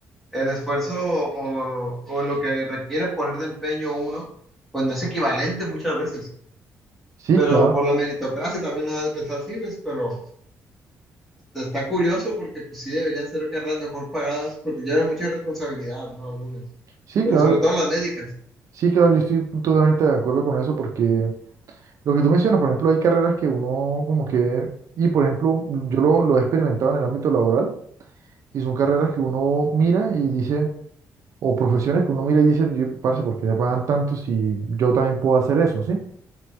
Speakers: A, in the centre; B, on the right.
A: el esfuerzo o, o lo que requiere poner de empeño uno, pues no es equivalente muchas veces.
B: Sí,
A: Pero
B: claro,
A: por la meritocracia también nos hace pensar así, pues, pero está curioso porque pues sí deberían ser carreras mejor pagadas porque llevan mucha responsabilidad, ¿no? Algunas.
B: sí,
A: Pero
B: claro,
A: sobre todo las médicas.
B: sí, claro, yo estoy totalmente de acuerdo con eso porque... Lo que tú mencionas, por ejemplo, hay carreras que uno como que, y por ejemplo, yo lo, lo he experimentado en el ámbito laboral, y son carreras que uno mira y dice, o profesiones que uno mira y dice, "Yo, parce, ¿por qué le pagan tanto si yo también puedo hacer eso, sí?